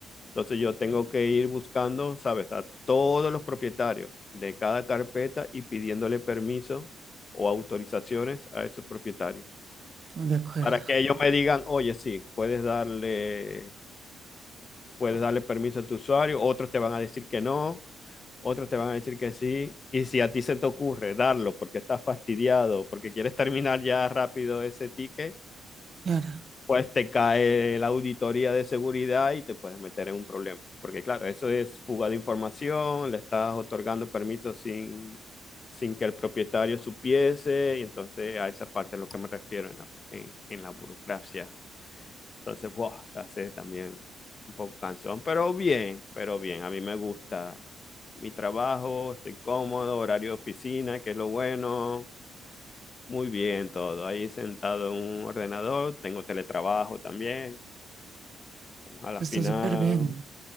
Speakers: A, on the left; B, on the right.
A: Entonces yo tengo que ir buscando, ¿sabes?, a todos los propietarios de cada carpeta y pidiéndole permiso o autorizaciones a esos propietarios.
B: Ujú. De acuerdo.
A: Para que ellos me digan, oye, sí, puedes darle, puedes darle permiso a tu usuario, otros te van a decir que no, otros te van a decir que sí. Y si a ti se te ocurre darlo porque estás fastidiado, porque quieres terminar ya rápido ese ticket,
B: Claro,
A: pues te cae la auditoría de seguridad y te puedes meter en un problema. Porque claro, eso es fuga de información, le estás otorgando permisos sin, sin que el propietario supiese, y entonces a esa parte es lo que me refiero en la, en, en la burocracia. Entonces, wow, se hace también un poco cansón, pero bien, pero bien, a mí me gusta mi trabajo, estoy cómodo, horario de oficina, que es lo bueno, muy bien, todo. Ahí sentado en un ordenador, tengo teletrabajo también. A la final
B: está súper bien,